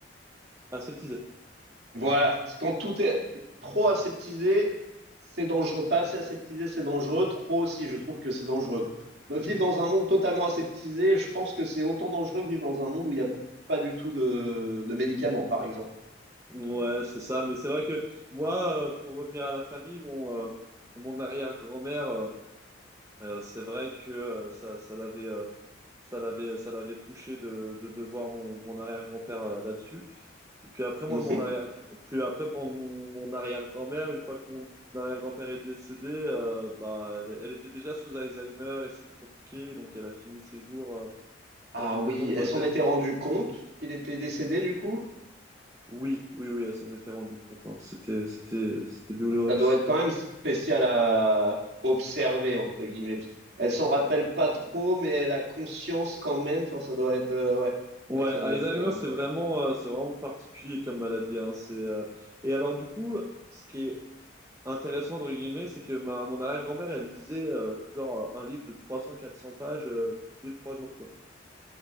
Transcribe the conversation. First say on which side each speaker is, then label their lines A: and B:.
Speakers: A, on the right (about 15°); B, on the right (about 60°).
A: Aseptisé.
B: Voilà, c'est quand tout est trop aseptisé, c'est dangereux. Pas assez aseptisé, c'est dangereux. Trop aussi, je trouve que c'est dangereux. Bah, Vivre dans un monde totalement aseptisé, je pense que c'est autant dangereux que vivre dans un monde où il n'y a pas du tout de, de médicaments, par exemple.
A: Ouais, c'est ça. Mais c'est vrai que moi, euh, pour revenir à la famille, mon, euh, mon arrière-grand-mère, euh, euh, c'est vrai que euh, ça, ça l'avait, euh, ça l'avait, ça l'avait touché de, de, de voir mon, mon arrière-grand-père euh, là-dessus. Et puis après, moi,
B: Mhm.
A: mon arrière, puis après, pour mon, mon arrière-grand-mère, une fois que mon arrière-grand-père est décédé, euh, bah, elle, elle était déjà sous Alzheimer et c'était compliqué. Donc, elle a fini ses jours, euh,
B: Ah
A: dans une
B: oui,
A: maison de retraite.
B: elle s'en était rendue compte qu'il était décédé du coup.
A: Oui, oui, oui, elle s'en était rendue compte. hein. C'était, c'était, c'était douloureux.
B: Ça doit être quand même spécial à observer, entre guillemets. Elle s'en rappelle pas trop, mais elle a conscience quand même. Enfin, ça doit être, euh, ouais.
A: Ouais,
B: C'est vrai que ça
A: Alzheimer,
B: doit être.
A: c'est vraiment, euh, c'est vraiment particulier comme maladie. Hein. C'est, euh, Et alors, du coup, ce qui est intéressant, entre guillemets, c'est que ma, mon arrière-grand-mère, elle lisait euh, genre un livre de trois cents quatre cents pages euh, tous les trois jours, quoi.